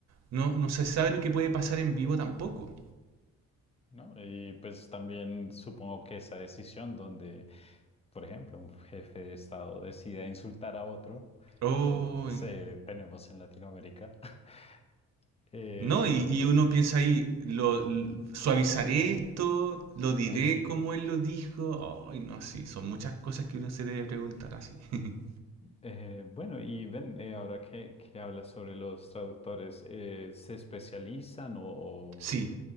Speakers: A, on the right; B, on the left.
A: no, no se sabe lo que puede pasar en vivo tampoco.
B: ¿No? Y pues también supongo que esa decisión donde, por ejemplo, un jefe de Estado decida insultar a otro,
A: Oh,
B: como pues eh, tenemos en Latinoamérica, <laughs> eh,
A: no, y, y uno piensa ahí, lo, l- suavizaré esto, lo diré
B: ajá,
A: como él lo dijo. Ay, no, sí, son muchas cosas que uno se debe preguntar así. <laughs>
B: Eh, bueno, y ven, eh, ahora que, que hablas sobre los traductores, eh, ¿se especializan o,
A: Sí,